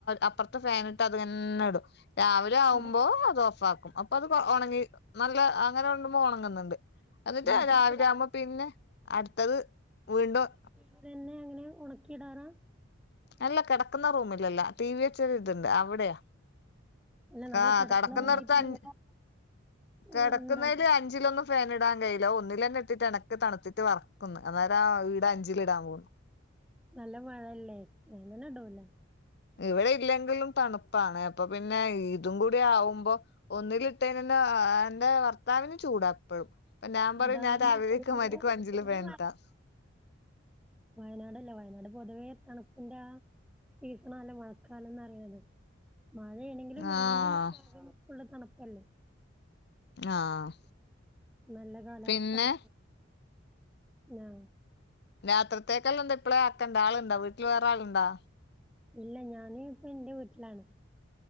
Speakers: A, on the left; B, in the centre.
A: അപ്പർത്തെ ഫാനിട്ട് അതെന്നെ ഇടും. രാവിലാവുമ്പോ
B: കട
A: അത് ഓഫ് ആക്കും അപ്പൊ അത് ഒണങ്ങി നല്ല അങ്ങനെ ഉണ്ട്മ്പോ ഒണങ്ങുന്നുണ്ട്. എന്നിട്ട്
B: രാത്രികള്
A: രാവിലെ ആവുമ്പോ പിന്നെ അട്ത്തത് വീണ്ടും
B: അതന്നെ അങ്ങനെ ഒണക്കിടാറാ
A: അല്ല കെടക്കുന്ന റൂമിലല്ല ടി വി വെച്ച ഇതുണ്ട് അവിടെയാ
B: അല്ല നമ്മള്
A: ആഹ്
B: കിടക്കണ
A: കെട്ക്ക്ന്നോട്ത്ത്
B: മുറിയിൽ തന്നെ
A: അഞ്
B: ഇങ്ങനെ ഓ
A: കെടക്ക്ന്നെല്
B: എന്തായാലും
A: അഞ്ച് അഞ്ചിലൊന്നും ഫാനിടാൻ കയ്ല ഒന്നിലെന്നെട്ടിട്ട് എണക്ക് തണുത്തിട്ട് വെറ ക്കും അതയത ഈടെ അഞ്ചിലിടാൻ പോന്ന്
B: നല്ല മഴല്ലേ ഞാൻ തന്നെടൂല്ല
A: ഇവിടെ ഇല്ലെങ്കിലും തണുപ്പാണ് അപ്പൊ പിന്നെ ഇതും കൂടി ആവുമ്പോ ഒന്നിലിട്ടേനെന്നെ എന്റെ ഭർത്താവിന് ചൂടാ എപ്പഴും പ്പ ഞാൻ പറിം
B: അതാ
A: ഞാൻ രാവിലെക്കെ
B: മറന്നു നിങ്ങള്
A: മരിക്കും അഞ്ചില്
B: നിങ്ങള്
A: ഫേൻട്ടാന്ന്
B: വയനാട്ല്ല വയനാട് പൊതുവേ തണുപ്പിന്റെ സീസണാല്ലേ മഴക്കാലംന്ന് അറിണത് മയേണെങ്കിലും അല്ലെങ്കിലും
A: ആഹ്
B: ഫുള്ള് തണുപ്പല്ലേ
A: ആഹ്
B: നല്ല കാലാവസ്ഥള്ള
A: പിന്നെ
B: സ്ഥ ഞാ
A: രാത്രിത്തേക്കല്ലാം എന്ത്‌പ്പളാ അക്കേണ്ടാ ആള്ണ്ടാ വീട്ടില് വേറെ ആളുണ്ടോ?
B: ഇല്ല ഞാന് പ്പ ഇന്റെ വീട്ടിലാണ്